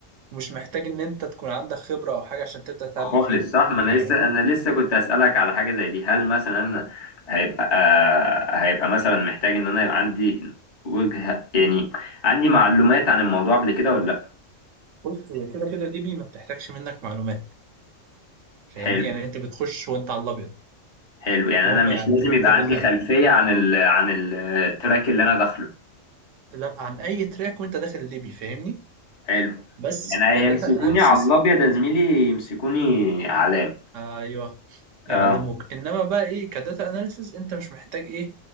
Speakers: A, on the right (about 75°); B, on the left (about 35°).
A: ومش محتاج ان انت تكون عندك خبرة او حاجة عشان تبدأ تتعلم
B: خالص
A: فيه
B: صح ما
A: يعني
B: انا لسه
A: اه
B: انا لسه كنت اسالك على حاجه زي دي هل مثلا انا هيبقى آه، هيبقى مثلا محتاج ان انا يبقى عندي وجهه يعني عندي معلومات عن الموضوع قبل كده ولا لا
A: بص هي كده كده دي بي ما بتحتاجش منك معلومات فاهمني
B: حلو
A: يعني انت بتخش وانت على الابيض
B: حلو يعني
A: وهم
B: انا مش
A: يعلموك
B: لازم يبقى
A: كل
B: عندي
A: حاجه
B: خلفيه عن ال عن ال- التراك اللي انا داخله
A: لا عن اي تراك وانت داخل الليبي فاهمني
B: حلو
A: بس
B: يعني
A: كداتا
B: هيمسكوني
A: اناليسز
B: على الابيض يا زميلي يمسكوني علام
A: ايوه يعلموك
B: اه
A: انما بقى ايه كداتا اناليسز انت مش محتاج ايه